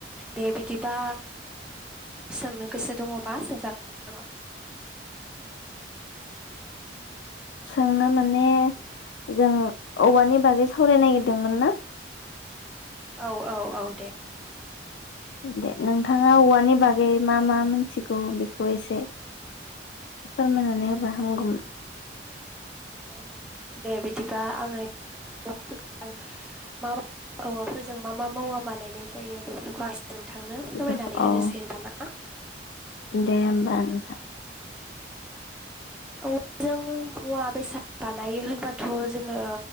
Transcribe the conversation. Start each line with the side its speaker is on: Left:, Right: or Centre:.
Centre: दे बिदिबा सोंनो गोसो दङोबा सोंजागोन आंनाव
Left: सोंनो माने जों औवानि बागै सावराय नागिरदोंमोन ना
Centre: औ औ औ दे
Left: दे नोंथाङा औवानि बागै मा मा मोनथिगौ बेखौ एसे फोरमायनानै होबा हामगौमोन
Centre: औ दे बिदिबा आङो <unintelligible> औवाफोरजों मा मा मुवा बानायनाय जायो बेफोरखौ आं एसे नोंथांनो फोरमायनानै
Left: बेफोरखौ
Centre: होनोसै
Left: औ
Centre: होनबा ना।
Left: दे होमबा नोंथां
Centre: औवाजों मुवा बेसाद बानायो होनबाथ जोङो